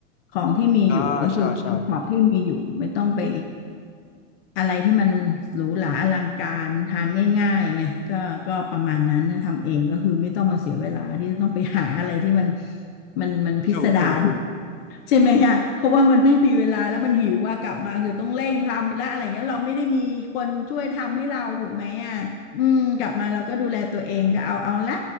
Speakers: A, on the left; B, on the left.
A: ของที่มีอยู่ก็คือของที่มีอยู่ไม่ต้องไป
B: ใช่ใช่ใช่
A: อะไรที่มันหรูหราอลังการทานง่ายๆไงก็ก็ประมาณนั้นถ้าทำเองก็คือไม่ต้องมาเสียเวลาที่จะต้องไปหาอะไรที่มันมันมันพิสดาร
B: ถูกถูกถูก
A: ใช่ไหมอะเพราะว่ามันไม่มีเวลาแล้วมันหิวว่ากลับมาคือต้องเร่งทำและอะไรเงี้ยเราไม่ได้มีคนช่วยทำให้เราถูกไหมอ่ะอืมกลับมาเราก็ดูแลตัวเองก็เอาเอาละ